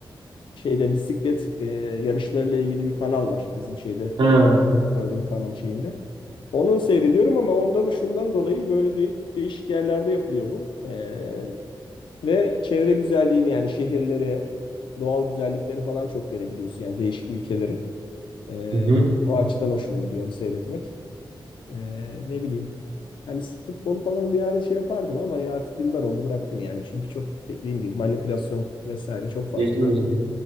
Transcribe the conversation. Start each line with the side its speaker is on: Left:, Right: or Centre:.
Left: şeyde bisiklet eee, yarışlarıyla ilgili bir kanal var bizim şeyde e,
Right: Ha.
Left: paralı kanal şeyinde. Onu seyrediyorum ama onda da şundan dolayı böyle de- değişik yerlerde yapılıyor bu. Eee, ve çevre güzelliğini yani şehirleri, doğal güzellikleri falan çok görebiliyorsun yani değişik ülkeleri. Eee,
Right: Hı
Left: o açıdan hoşuma gidiyor onu seyretmek. Ee, ne bileyim. Hani futbolu falan bir ara şey yapardım ama ya artık yıllar oldu bıraktım yani. Çünkü çok dediğim gibi manipülasyon vesaire çok fazla.
Right: hı.